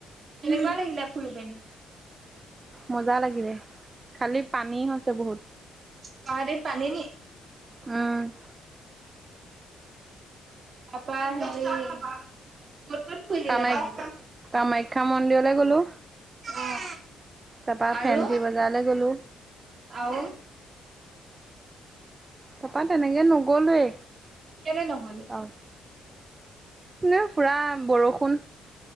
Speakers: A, on the right; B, on the right.
A: কেনেকুৱা লাগিলে ফুৰি পেনি?
B: মজা লাগিলে, খালি পানী হৈছে বহুত।
A: গুৱাহাটীত পানী নি?
B: উম।
A: <unintelligible> ক'ত ফুৰিলিগে
B: কামাখ্যা
A: তাৰপিছত
B: কামাখ্যা মন্দিৰলৈ গ'লো।
A: অ'
B: তাপা
A: আৰু
B: ফেনঞ্চি বজাৰলৈ গ'লো।
A: আৰু?
B: তাৰাপা তেনেকে নগলোৱেই
A: কেলে ন'গলি?
B: অ', এনে পুৰা বৰষুণ।